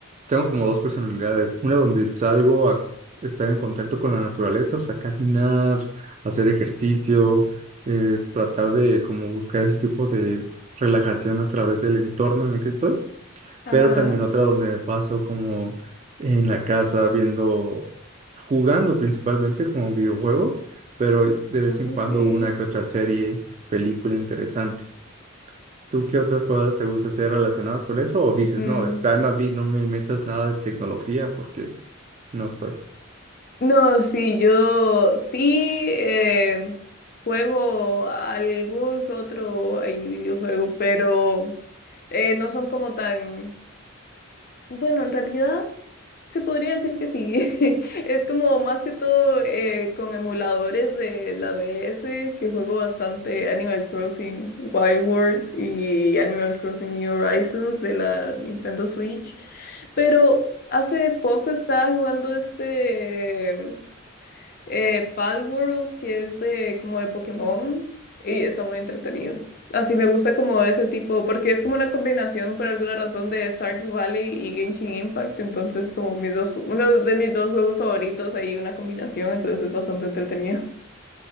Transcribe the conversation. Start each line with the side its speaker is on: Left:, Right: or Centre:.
Right: tengo como dos personalidades, una donde salgo a estar en contacto con la naturaleza, o sea, caminar, hacer ejercicio, eh, tratar de como buscar ese tipo de relajación a través del entorno en el que estoy,
Left: <laughs> ajá,
Right: pero también otra donde me paso como en la casa viendo, jugando principalmente como videojuegos, pero de vez
Left: ok.
Right: en cuando una que otra serie, película interesante. ¿Tú qué otras cosas te gusta hacer relacionadas con eso? ¿O dices,
Left: Mm.
Right: no, de plano a mí no me metas nada de tecnología porque no estoy?
Left: No, sí, yo sí eh, juego algún que otro ahí videojuego, pero eh, no son como tan... Bueno, en realidad se podría decir que sí. <laughs> Es como más que todo eh, con emuladores de la DS que juego bastante Animal Crossing Wild World y Animal Crossing New Horizons de la Nintendo Switch, pero hace poco estaba jugando este... Eh, Palworld, que es de como de Pokémon, y está muy entretenido. Así me gusta como ese tipo, porque es como una combinación por alguna razón de Stardew Valley y Genshin Impact, entonces como mis dos, uno de mis dos juegos favoritos, hay una combinación, entonces es bastante entretenido.